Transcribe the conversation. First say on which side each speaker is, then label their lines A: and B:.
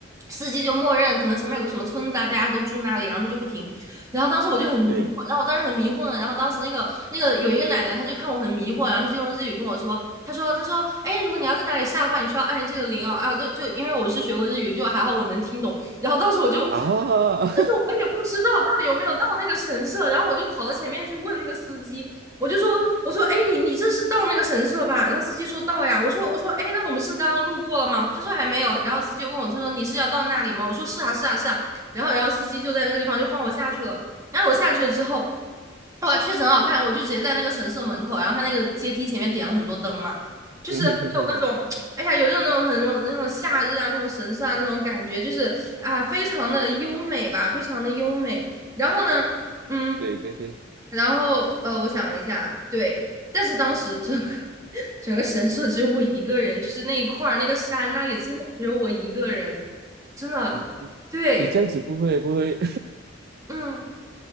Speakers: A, on the right; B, on the right.
A: 司机就默认，可能前面有个什么村子啊，大家都住那里，然后他就不停。然后当时我就很迷惑，
B: 对
A: 然后我当时很迷惑呢，然后当时那个那个有一个奶奶，她就看我很迷惑，然后她就用日语跟我说，她说她说，哎，如果你要在哪里下的话，你需要按这个铃哦，啊，就就因为我是学过日语，就还好我能听懂。然后当时我就，就是我也不知道到底有没有到那个神社，
B: 啊，
A: 然后我就跑到前面去问那个司机，我就说，我说，哎，你你这是到那个神社吧？然后司机说到呀。我说，我说，哎，那我们是刚刚路过了吗？他说还没有。然后司机问我，他说你是要到那里吗？我说是啊，是啊，是啊。然后，然后司机就在那个地方就放我下去了。然后我下去了之后，哇，确实很好看。我就直接在那个神社门口，然后他那个阶梯前面点了很多灯嘛，
B: <laughs>
A: 就是有那种，
B: 嗯哼哼哼哼，
A: 哎呀，有这种那种很那种那种夏日啊，那种神社啊那种感觉，就是啊，非常的优美吧，非常的优美。然后呢，嗯。
B: 对对对，
A: 然后呃，我想一下，对，但是当时整个 <laughs> 整个神社只有我一个人，就是那一块儿那个山那里真的只有我一个人，真的，
B: 你你你这样子不会不会
A: 对，嗯。